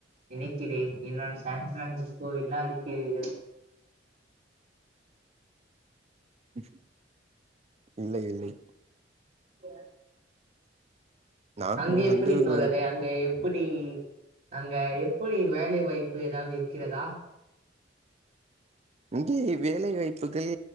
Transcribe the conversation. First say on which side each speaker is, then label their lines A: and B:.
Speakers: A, on the right; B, on the right.
A: நினைக்கிறேன் என்னால் சான் ஃபிரான்சிஸ்கோ என்னா அறிக்கிறீர்கள்
B: ம் இல்லை இல்லை
A: பே
B: நான்
A: அங்க எப்டி
B: வந்து
A: தோழாரே அங்க எ எப்டி அங்க எப்பிடி வேலை வாய்ப்பு ஏதாவது இருக்கிறதா
B: இங்கே வேலை வாய்ப்புகள்